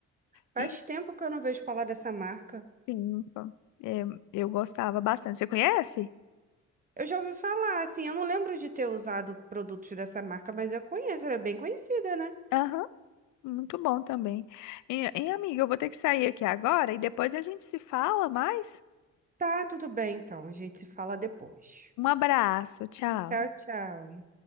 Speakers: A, on the right; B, on the left.
A: Faz
B: E
A: tempo que eu não vejo falar dessa marca.
B: sim, então, é, eu gostava bastante. Você conhece?
A: Eu já ouvi falar, assim, eu não lembro de ter usado produtos dessa marca, mas eu conheço, ela é bem conhecida, né?
B: Aham, muito bom também. E, e, amiga, eu vou ter que sair aqui agora e depois a gente se fala mais.
A: Tá, tudo bem, então. A gente se fala depois.
B: Um abraço, tchau.
A: Tchau, tchau.